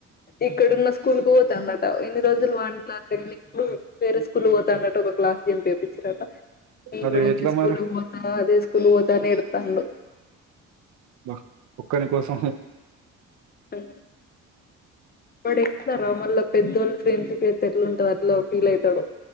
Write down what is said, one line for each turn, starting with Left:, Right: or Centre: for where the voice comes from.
Left: ఇక్కడున్న స్కూల్కి పోతండట ఇన్ని రోజులు వాన్ క్లాస్నీ ఇప్పుడు వేరే స్కూల్ పోతాండట ఒక క్లాస్ జంప్ చేపించారట నేను
Right: మరి
Left: కూడా
Right: ఎట్లా
Left: అదే స్కూల్
Right: మరి
Left: ఓతా అదే స్కూల్ ఓతా అని ఏడుతండు
Right: అబ ఒక్కని కోసం
Left: హమ్ వాడు ఎట్ల రా మళ్ళ పెద్దోళ్ళు ఫ్రెండ్షిప్ చేతే ఎట్లుంటదో అట్లా ఫీల్ అయితడు